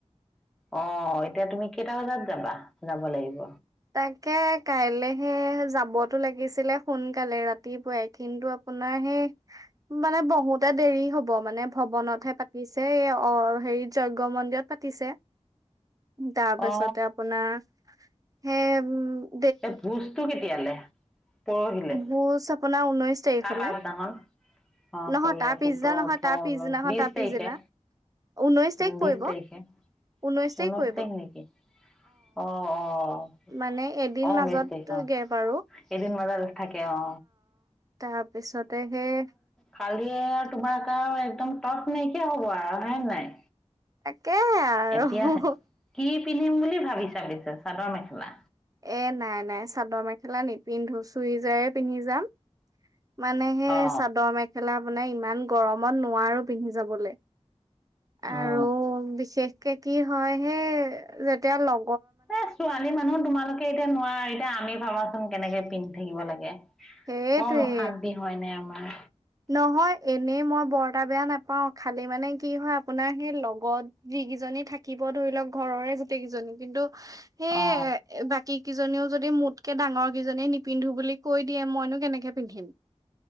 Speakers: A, in the centre; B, on the right.
A: অ এতিয়া তুমি কেইটা বজাত যাবা যাব লাগিব
B: তাকে কাইলেহে যাবতো লাগিছিলে সোনকালে ৰাতিপুৱাই কিন্তু আপোনাৰ সেই মানে বহুতে দেৰি হব মানে ভৱনতহে পাতিছে অ হেৰিত যজ্ঞ মন্দিৰত পাতিছে। তাৰপিছতে
A: অ
B: আপোনাৰ হে উ
A: এই ভোজটো কেতিয়ালে পৰহিলে
B: ভোজ আপোনাৰ ঊনৈশ তাৰিখলে
A: তাৰ পাছদিনাখন আহ
B: নহয়
A: ষোল্ল
B: তাৰ পিছদিনা
A: সোতৰ
B: নহয়
A: ওঠৰ
B: তাৰ পিছদিনাখন
A: উঊনৈশ বিশ
B: তাৰ পিছদিনা।
A: তাৰিখে
B: ঊনৈশ তাৰিখ
A: উ
B: পৰিব
A: বিশ তাৰিখে
B: ঊনৈশ
A: উনৈশ
B: পৰিব
A: তাৰিখ নেকি অ অ
B: মানে এদিন
A: অ
B: মাজত
A: ঊনৈশ তাৰিখে অ
B: গেপ আৰু
A: এদিন মজাৰো থাকে অ
B: তাৰপিছতে সেই
A: খালি আৰু তোমাৰ কাৰ আৰু একদম টত নাইকিয়া হ'ব আৰু হয় নাই
B: তাকেহে আৰু
A: এতিয়া কি পিন্ধিম বুলি ভাবিচা পিছে চাদৰ মেখেলা
B: এ নাই নাই চাদৰ মেখেলা নিপিন্ধো চুই জাৰে পিন্ধি যাম মানে সেই
A: অ
B: চাদৰ মেখেলা বনাই ইমান গৰমত নোৱাৰো পিন্ধি যাবলে আৰু
A: অ
B: বিশেষ কে কি হয় হে যেতিয়া ল
A: এ ছোৱালী মানুহ তোমালোকে এতিয়া নোৱাৰা এতিয়া আমি ভাবা- ছোন কেনেকে পিন্ধি থাকিব লাগে
B: সেইটোৱে
A: কম অশান্তি হয় নে আমাৰ
B: নহয় এনেই মই বৰটা বেয়া নাপাও, খালি মানে কি হয় আপোনাৰ সেই লগৰ লগত যিকেইজনী থাকিব ধৰিলওক ঘৰৰে গোটেই কেইজনী কিন্তু। সেই
A: অ
B: বাকী কেইজনী। জনীও যদি মোতকে ডাঙৰ কেইজনী নিপিন্ধো বুলি কৈ দিয়ে মইনো কেনেকে পিন্ধিম।